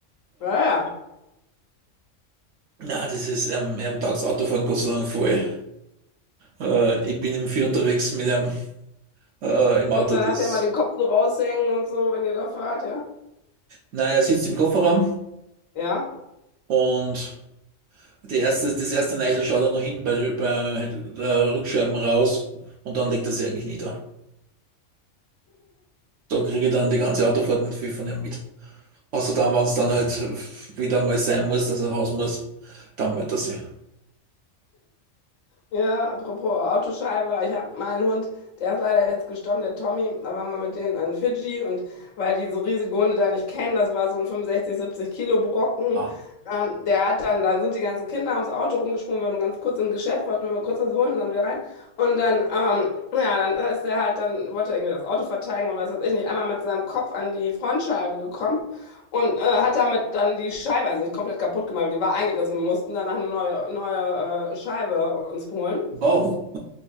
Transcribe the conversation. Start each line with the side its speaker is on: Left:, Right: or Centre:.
Left: Ja, ja.
Right: Na, das ist, ähm, er taugt Autofahren Gott sei Dank voll. Äh, ich bin im Vier unterwegs mit einem äh, im
Left: Und
Right: Auto.
Left: dann
Right: Das,
Left: hat er immer den Kopf so raushängen und so, wenn ihr da fahrt, ja.
Right: na, er sitzt im Kofferraum
Left: Ja.
Right: und die erste, das erste Neichel schaut er noch hinten bei, bei der Rückscheiben raus und dann legt er sie eigentlich nieder. Da kriege ich dann die ganze Autofahrt nicht viel von ihm mit. Außer dann, wenn es dann halt wieder mal sein muss, dass er raus muss, dann meldet er sich.
Left: Ja, apropos Autoscheibe, ich habe meinen Hund, der ist leider jetzt gestorben, der Tommy, da waren wir mit denen an Fidschi und weil die so riesige Hunde da nicht kennen, das war so ein 65, 70 Kilo Brocken,
Right: Ah,
Left: ähm, der hat dann, dann sind die ganzen Kinder ums Auto rumgesprungen, wir waren nur ganz kurz im Geschäft, wollten wir kurz was holen und dann wieder rein und dann, ähm, ja, dann ist der halt, dann wollte er irgendwie das Auto verteidigen und was weiß ich nicht, einmal mit seinem Kopf an die Frontscheibe gekommen und äh, hat damit dann die Scheibe, also nicht komplett kaputt gemacht, aber die war eingerissen. Wir mussten danach eine neue, neue äh, Scheibe uns holen.
Right: wow.